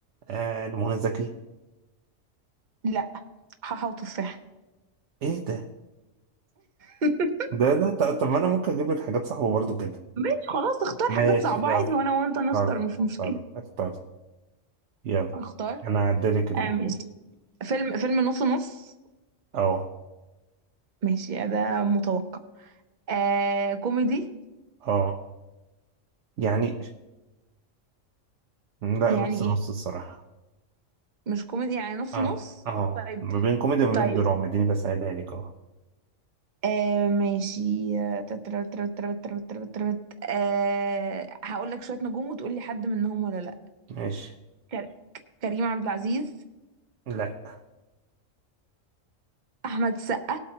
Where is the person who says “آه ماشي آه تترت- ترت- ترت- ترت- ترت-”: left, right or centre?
Right